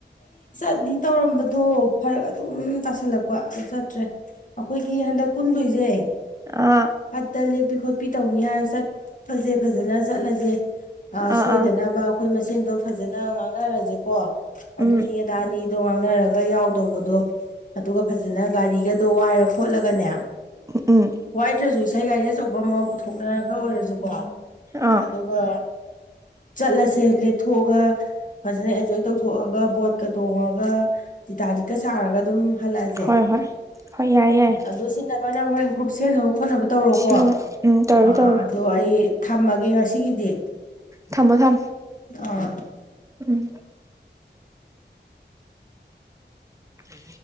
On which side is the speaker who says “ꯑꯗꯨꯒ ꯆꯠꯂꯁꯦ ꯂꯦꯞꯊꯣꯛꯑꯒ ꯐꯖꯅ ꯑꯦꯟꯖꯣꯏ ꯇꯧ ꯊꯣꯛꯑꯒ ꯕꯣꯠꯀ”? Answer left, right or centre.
Left